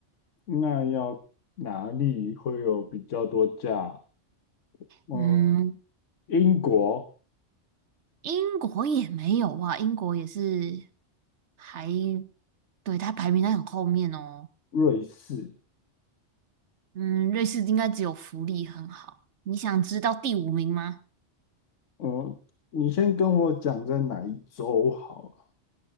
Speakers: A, on the left; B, on the right.
A: 那要哪里会有比较多假？呃，
B: 嗯，
A: 英国、
B: 英国也没有啊，英国也是还，对，它排名在很后面哦。
A: 瑞士，
B: 嗯，瑞士应该只有福利很好。你想知道第五名吗？
A: 呃，你先跟我讲在哪一周好